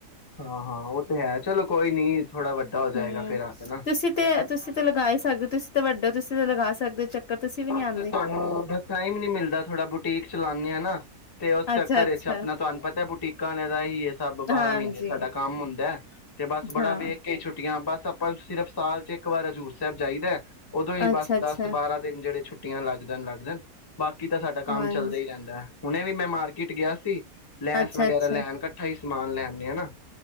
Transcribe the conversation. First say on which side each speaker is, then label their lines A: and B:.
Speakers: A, on the left (about 35°); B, on the left (about 60°).
A: ਹਾਂ ਹਾਂ ਉਹ ਤੇ ਹੈ ਚਲੋ। ਕੋਈ ਨੀ। ਥੋੜਾ ਵੱਡਾ ਹੋ ਜਾਏਗਾ
B: ਹੂੰ
A: ਫੇਰ ਆ ਕੇ ਨਾ
B: ਤੁਸੀਂ ਤੇ, ਤੁਸੀਂ ਤੇ ਲਗਾ ਹੀ ਸਕਦੇ, ਤੁਸੀਂ ਤਾਂ ਵੱਡੇ ਤੁਸੀਂ ਲਗਾ ਸਕਦੇ ਚੱਕਰ ਤੁਸੀਂ ਵੀ
A: ਬਸ
B: ਨੀ ਆਂਦੇ।
A: ਤੁਹਾਨੂੰ ਭੀ ਟਾਈਮ ਨੀ ਮਿਲਦਾ, ਥੋੜਾ ਬੁਟੀਕ ਚਲਾਉਾਨੇ ਆ ਨਾ ਤੇ ਉਸ
B: ਅੱਛਾ-ਅੱਛਾ,
A: ਘਰੇ ਚ ਆਪਣਾ ਤੁਹਾਨੂੰ ਪਤਾ, ਬੁਟੀਕਾਂ ਵਾਲੇ ਦਾ ਹੀ ਇਹ ਸਭ ਬਾਰਾਂ
B: ਹਾਂਜੀ
A: ਮਹੀਨੇ ਸਾਡਾ ਕੰਮ ਹੁੰਦਾ ਤੇ ਬਸ ਬੜਾ
B: ਹਾਂ,
A: ਵੇਖ ਕੇ ਛੁੱਟੀਆਂ ਬਸ। ਸਪਸ਼ੱਟ। ਸਿਰਫ ਸਾਲ ਚ ਇੱਕ ਵਾਰ ਹਜ਼ੂਰ ਸਾਹਿਬ। ਜਾਈਦਾ। ਉਦੋਂ ਹੀ
B: ਅੱਛਾ-ਅੱਛਾ,
A: ਬਸ ਦਸ ਬਾਰਾਂ। ਜਿਹੜੇ ਛੁੱਟੀਆਂ ਲੱਗ ਜਾਣ ਲੱਗ ਜਾਣ। ਬਾਕੀ ਤਾਂ ਸਾਡਾ ਕੰਮ
B: ਹਾਂਜੀ,
A: ਚੱਲਦਾ ਹੀ ਰਹਿੰਦਾ ਹੈ। ਹੁਣੇ ਵੀ ਮੈਂ ਮਾਰਕੀਟ ਗਿਆ ਸੀ। ਲੈਸ
B: ਅੱਛਾ-ਅੱਛਾ,
A: ਵਗੈਰਾ ਲੈਣ ਇਕੱਠਾ ਹੀ ਸਮਾਨ ਲੈਣ। ਨਹੀਂ ਆ ਨਾ,